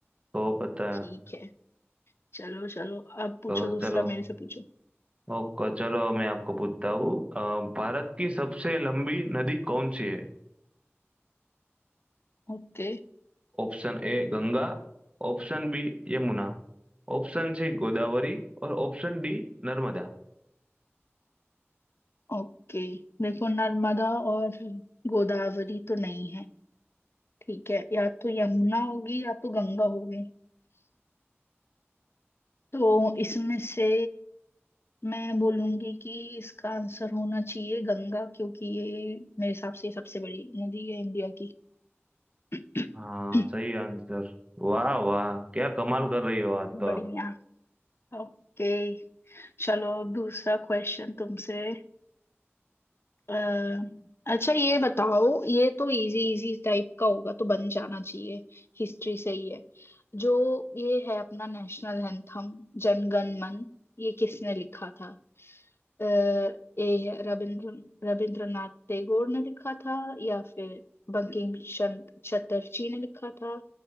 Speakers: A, on the right (about 25°); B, on the left (about 60°).
A: तो पता है
B: ठीक है चलो चलो अब पूछो
A: तो
B: दूसरा
A: चलो
B: मेरे से पूछो
A: ओके चलो मैं आपको पूछता हूँ अ, भारत की सबसे लंबी नदी कौन सी है
B: Okay
A: Option A Ganga option B Yamuna option C Godavari और ऑप्शन डी नर्मदा
B: okay देखो नर्मदा और गोदावरी तो नहीं है ठीक है या तो यमुना होगी या तो गंगा होगी तो इसमें से मैं बोलूंगी कि इसका आंसर होना चाहिए गंगा क्योंकि ये मेरे हिसाब से सबसे बड़ी नदी है इंडिया की <clears throat>
A: हाँ सही आंसर वाह वाह क्या कमाल कर रही हो आज तो आप।
B: बढ़िया ओके चलो अब दूसरा क्वेश्चन तुमसे अ, अच्छा ये बताओ ये तो इजी इजी टाइप का होगा तो बन जाना चाहिए हिस्ट्री से ही है जो ये है अपना नेशनल एंथम जनगण मन ये किसने लिखा था अ, ये है रविंद्र रविंद्रनाथ टैगोर ने लिखा था या फिर बंकिम चंद्र चटर्जी ने लिखा था